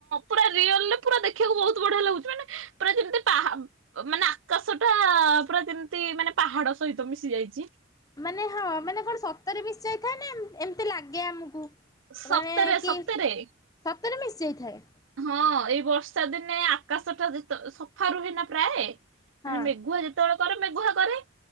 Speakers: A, on the right; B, on the left.
A: ପୁରା ରିଅଲ୍ ରେ ପୁରା ଦେଖିବାକୁ ବହୁତ୍ ବଢିଆ ଲାଗୁଚି ମାନେ ପୁରା ଯେମିତି ପାହା ଅ ମାନେ ଆକା କାଶ ଟା ପୁରା ଯେମିତି ମାନେ ପାହାଡ ସହିତ ମିଶି ଯାଇଛି।
B: ମାନେ ହଁ ମାନେ କଣ ସତରେ ମିଶ ଯାଇଥାଏ ନା ଏମ୍ ଏମିତି ଲାଗେ ଆମକୁ।
A: ସତରେ
B: ମାନେ କି
A: ସତରେ।
B: ସତରେ ମିଶି ଯାଇଥାଏ।
A: ହଁ ଏଇ ବର୍ଷା ଦିନେ ଆକାଶ ଟା ଯେ ତ ସଫା ରୁହେ ନା ପ୍ରାଏ। ମାନେ
B: ହଁ
A: ମେଘୁଆ ଯେତେବେଳେ କରେ ମେଘୁଆ କରେ।